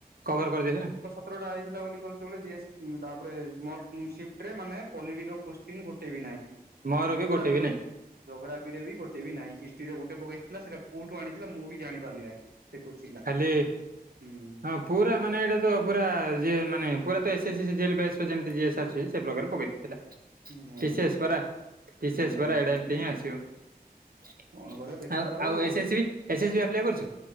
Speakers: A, on the right; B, on the right.
A: କଭର୍ କରିଦେଇଚିନା?
B: ଅପ୍ରଡ଼ ଆଇଥିଲା ବୋଲି କୋହୁଚ କଣ ଜି ଏସ ତାପରେ ମୋର ସିପ୍ଟିରେ ମାନେ ପଲିଟି ର କୋଶ୍ଚିନ ଗୋଟେ ବି ନାହିଁ।
A: ମୋର
B: ଯୋଗ୍ରାଫୀ
A: ବି ଗୋଟେ ବି
B: ର
A: ନାଇଁ
B: ଜୋଗ୍ରାଫିରେ ବି ଗୋଟ ବି ନାହିଁ ହିଷ୍ଟ୍ରି ରେ ଗୋଟେ ପକେଇଥିଲା ସେଟା କୋଉଠୁ ଆଣିଥିଲା ମୁଁ ବି ଜାଣି ପାରିଲିନାହିଁ। ସେ କୋଶ୍ଚିନ୍
A: ପ <unintelligible>
B: ହୁଁ।
A: ହଁ ପୁରା ମାନେ ଏଇଟା ତ ପୁରା ଯିଏ ମାନେ ପୁରା ତ ଏସ୍- ଏସ୍- ଏସ୍ ଜେଲ ବେସ୍ ଯେମିତି ଜିଏସ୍ ଆସଛି ସେ ପ୍ରକାର ପକେଇଦେଇଚି।
B: ହୁଁ
A: ବିଶେସ୍ୱରା, ବିଶେସ୍ୱରା
B: ହୁଁ
A: <unintelligible> ଏଇଟା ଏମତି ହିଁ ଆସିବ। <inaudible>
B: କଣ କରିବା ଦେଖାଯାଉ
A: ଆଉ ଆଉ S -C S -C apply କରିଛୁ।